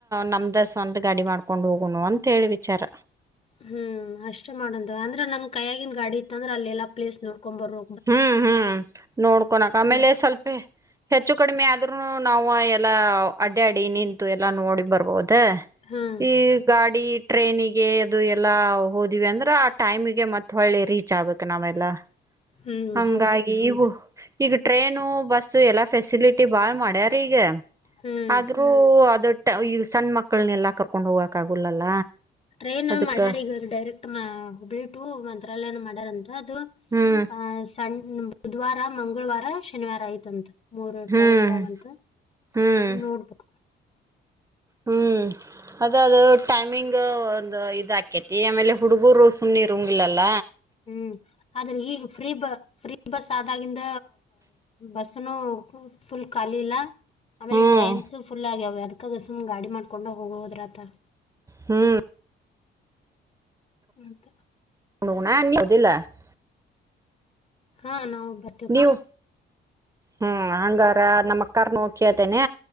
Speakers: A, on the right; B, on the left.
A: ನಮ್ದ ಸ್ವಂತ ಗಾಡಿ ಮಾಡ್ಕೊಂಡ್ ಹೋಗುನು ಅಂತ ಹೇಳಿ ವಿಚಾರ
B: ಹ್ಮ್ ಅಷ್ಟೇ ಮಾಡಂದ ಅಂದ್ರ ನಮ್ ಕೈಯಗಿನ್ ಗಾಡಿ ಇತ್ತ ಅಂದ್ರ ಅಲ್ಲಿ ಎಲ್ಲ ಪ್ಲೇಸ್ ನಡ್ಕೊಂಡ್ ಬರು
A: ಹ್ಮ್ ಹ್ಮ್ ನೋಡ್ಕೊನಕ್ ಆಮೇಲೆ
B: ಆಕೇತಿ
A: ಸ್ವಲ್ಪೇ ಹೆಚ್ಚು ಕಡಿಮೆ ಆದರೂನು ನಾವು ಎಲ್ಲ ಅಡ್ಡಾಡಿ ನಿಂತು ಎಲ್ಲಾ ನೋಡಿ ಬರ್ಬೋದ್
B: ಹ್ಮ್
A: ಈ ಗಾಡಿ ಟ್ರೈನಿಗೆ ಅದು ಎಲ್ಲ ಹೋದಿವಿ ಅಂದ್ರ ಆ ಟೈಮಿಗೆ ಮತ್ತ ಒಳ್ಳಿ ರೀಚ್ ಆಗ್ಬೇಕ್ ನಾವೆಲ್ಲ
B: ಹ್ಮ್
A: ಹಂಗಾಗಿ
B: ಹೌದು
A: ಈಗು ಈಗ ಟ್ರೈನು ಬಸ್ಸು ಎಲ್ಲಾ ಫೆಸಿಲಿಟಿ ಭಾಳ್ ಮಾಡ್ಯಾರೀ ಈಗ
B: ಹ್ಮ್
A: ಆದ್ರೂ ಅದುಟ್ಟ್ ಈ ಸಣ್ಣ ಮಕ್ಕಳನೆಲ್ಲಾ ಕರ್ಕೊಂಡ್ ಹೋಗ್ಕ್ ಆಗುಲ್ಲಲ್ಲ
B: ಟ್ರೈನ್
A: ಅದಕ್ಕ
B: ಮಾಡ್ಯಾರ ಈಗ ಡೈರೆಕ್ಟ್ ಹುಬ್ಳಿ ಟು ಮಂತ್ರಾಲಯನು ಮಾಡ್ಯಾರಂತ ಅದು
A: ಹ್ಮ್
B: ಆ ಸಣ್ಣ ಬುಧವಾರ ಮಂಗಳವಾರ ಶನಿವಾರ ಆಯ್ತ್ ಅಂತ. ಮೂರು
A: ಹ್ಮ್
B: ಟ್ರೈನ್ ಅದವ್ ಅಂತ
A: ಹ್ಮ್
B: ಅದನ್ನ ನೋಡ್ಬಕು.
A: ಹ್ಮ್. ಅದ ಅದು ಟೈಮಿಂಗ್ ಒಂದು ಇದಾಕೇತಿ ಆಮೇಲೆ ಹುಡುಗೂರು ಸುಮ್ನಿರುಂಗಿಲ್ಲಲ್ಲ.
B: ಹ್ಮ್ ಆದ್ರೆ ಈಗ ಫ್ರೀ ಫ್ರೀ. ಪ್ರೀ ಬಸ್ ಆದಾಗಿಂದ ಬಸ್ನು ಫುಲ್ ಖಾಲಿ ಇಲ್ಲ ಆಮೇಲೆ
A: ಹ್ಮ್
B: ಟ್ರೈನ್ಸ್ ಫುಲ್ ಆಗ್ಯಾವ್ ಅದ್ಕಾಗ ಸುಮ್ ಗಾಡಿ ಮಾಡ್ಕೊಂಡ್ ಹೋದ್ರಾತ್ತೇಳ್
A: ಹ್ಮ್
B: ಹಂತ್
A: <unintelligible>
B: ಹಾ ನವಂಬರ್
A: ನೀವು ಹ್ಮ ಹಂಗಾರ ನಮ್ಮ ಅಕ್ಕಾರನ್ ಹೋಗಕೇತೇನೆ